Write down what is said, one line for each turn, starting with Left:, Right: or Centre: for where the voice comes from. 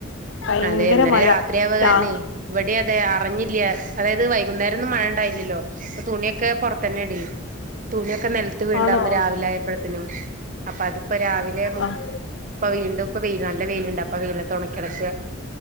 Left: ഭയങ്കര
Right: അതെ ഇന്നലെ
Left: മഴ
Right: രാത്രിയാവ കാരണേ
Left: ആഹ്
Right: ഇവിടെ അതെ അറിഞ്ഞില്ല്യ അതായത് വൈകുന്നേരൊന്നും മഴ ഇണ്ടായില്ലല്ലോ അപ്പൊ തുണിയൊക്കെ പൊറത്തന്നെയിടില് തുണിയൊക്കെ നിലത്ത് വീണ്ടായിർരുന്നു
Left: ആണോ
Right: രാവിലൊയപ്പോഴത്തിനും അപ്പൊ അതിപ്പോ രാവിലെ
Left: ആഹ്
Right: വീണ്ടും ഇപ്പോ വെയില് നല്ല വെയിലണ്ട് ലത്ത് ഒണക്കി കിടക്ക